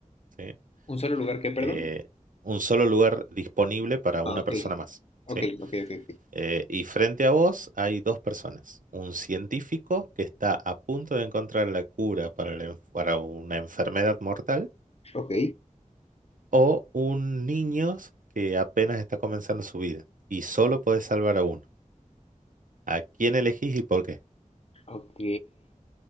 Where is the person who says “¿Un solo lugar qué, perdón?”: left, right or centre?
Left